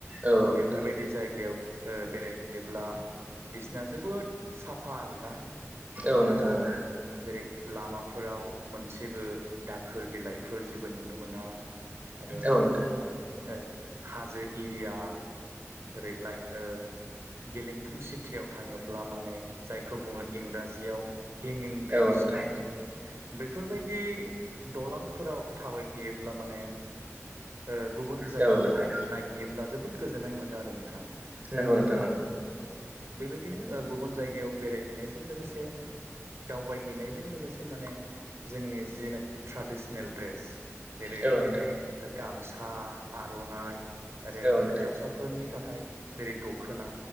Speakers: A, on the right; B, on the right.
A: औ नोंथां
B: बेफोरबायदि जायगायाव ओ बेरायहैयोब्ला बिसिना जोबोद साफा आरोना।
A: औ नोंथां
B: ओ
A: नोंगौ।
B: जेरै लामाफोराव मोनसेबो दाखोर बिलाइफोर जेबो नुनो मोना। आरो
A: औ नोंथां नोंगौ।
B: ओ हाजो एरिया ओरै लाइक ओ गेलेमफुं सिटियाव थाङोब्ला माने जायखौ बुङो इंराजियाव हेंयिं
A: औ
B: ब्रिडज
A: नोंथां औ नंगौ नोंथां
B: ना? बेफोरबायदि दलांफोराव थाबायहैयोब्ला माने ओ गुबुन जायगाखौ
A: औ नोंथां
B: नायहैयोब्ला जोबोद गोजोननाय मोनो आरो नोंथां।
A: नोंगौ नोंथां नोंगौ।
B: आरो बेबायदिनो ओ गुबुन जायगायाव बेरायहैनायजों लोगोसे दावबाय हैनायजों लोगोसे माने जोंनि जिना खि ट्रेडिसनेल ड्रेस जेरै-गामसा,
A: औ नोंथां
B: आरनाइ। आरो
A: औ नोंथां
B: हिन्जावसाफोरनि थाखाय जेरै- दखोना